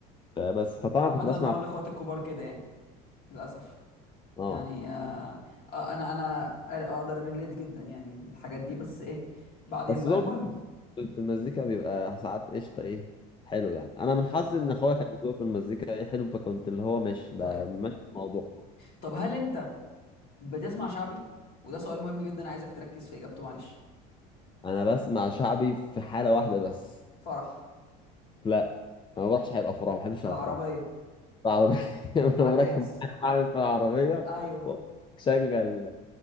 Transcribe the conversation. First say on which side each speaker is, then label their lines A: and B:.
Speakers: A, on the left (about 25°); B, on the left (about 55°).
A: فبس فطبعا
B: عامة
A: كنت بسمع
B: هو الاخوات الكبار كده يعني للاسف
A: اه
B: يعني آه آه، انا انا اقدر ريليت جدا يعني الحاجات دي بس ايه بعدين
A: بس
B: بقى
A: طبعا
B: المهم
A: في المزيكا بيبقى ساعات قشطة ايه حلو يعني انا من حظي
B: اه
A: ان اخويا كان ذوقه في المزيكا ايه حلو فكنت اللي هو مش ماشي
B: طيب
A: في الموضوع
B: طب هل انت بتسمع شعبي وده سؤال مهم جدا عايزك تركز في اجابته معلش
A: انا بسمع شعبي في حالة واحدة بس
B: فرح
A: لا انا ما بروحش حي الافراح ما بحبش
B: في
A: الافراح
B: العربية
A: في العربية <laughs> انا
B: معاك
A: راكب
B: ناس
A: معايا في العربية
B: ايوه
A: وشغل